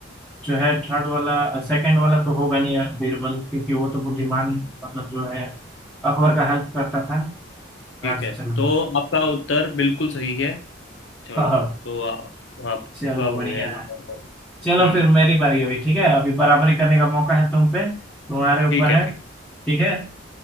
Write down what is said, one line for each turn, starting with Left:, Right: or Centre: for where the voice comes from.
Centre: जो है थर्ड वाला सेकंड वाला तो होगा नहीं यार बीरबल क्योंकि वो तो बुद्धिमान मतलब जो है अकबर का हेल्प करता था
Left: ठीक
Centre: राज्य
Left: है
Centre: चलाने
Left: तो
Centre: में।
Left: आपका उत्तर बिल्कुल सही है चलो
Centre: हाँ
Left: तो आप आपका
Centre: चलो
Left: हो
Centre: बढ़िया
Left: गया है ज्यादा
Centre: है
Left: पॉइंट।
Centre: चलो
Left: हम्म
Centre: फिर मेरी बारी हुई ठीक है अभी बराबरी करने का मौका है तुम पे तुम्हारे ऊपर
Left: ठीक है
Centre: है
Left: ठीक
Centre: ठीक है